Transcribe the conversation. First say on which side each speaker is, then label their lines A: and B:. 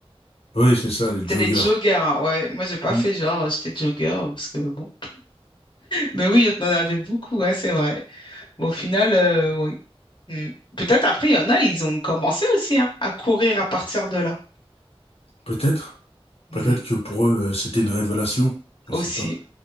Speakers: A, on the left; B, on the left.
A: oui, c'est ça, les
B: C'était
A: joggers.
B: les joggers, hein, ouais. Moi, j'ai pas
A: Mm.
B: fait genre, euh, j'étais jogger, euh, parce que bon. Mais oui, on en avait beaucoup, ouais, c'est vrai. Mais au final, euh, oui. Mm. Peut-être après, il y en a, ils ont commencé aussi hein, à courir à partir de là.
A: Peut-être,
B: Mm.
A: peut-être que pour eux, euh, c'était une révélation. On
B: Aussi.
A: ne sait pas.